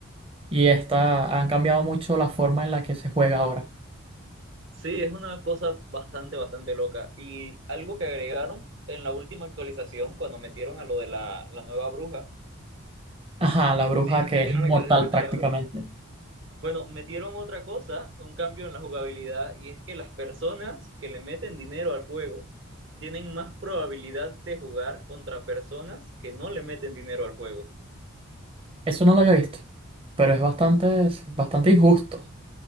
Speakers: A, on the right; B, on the right.
A: y esta, han cambiado mucho la forma en la que se juega ahora.
B: sí, es una cosa bastante, bastante loca. Y algo que agregaron en la última actualización, cuando metieron a lo de la, la nueva bruja,
A: Ajá, la bruja
B: sí, que
A: que
B: metieron
A: es inmortal
B: la actualización de
A: prácticamente.
B: la bruja. Bueno, metieron otra cosa, un cambio en la jugabilidad, y es que las personas que le meten dinero al juego tienen más probabilidad de jugar contra personas que no le meten dinero al juego.
A: Eso no lo había visto, pero es bastante, es bastante injusto.